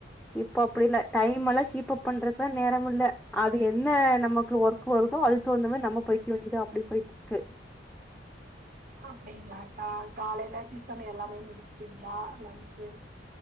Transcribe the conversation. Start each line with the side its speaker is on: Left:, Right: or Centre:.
Centre: இப் அப்படி இல்ல டைம் எல்லா கீப்பப் பண்றத்தா நேரம் இல்ல அது என்ன நமக்கு ஒர்க் வருதோ அது தோந்தமா நம்ம போய்க்கி வேண்டிய்தா அப்டி போய்ட்ருக்கு
Right: அப்டிங்ளா கா காலைய்ல டிஃபன் எல்லாமே முடிச்ட்டீங்ளா லன்ச்சு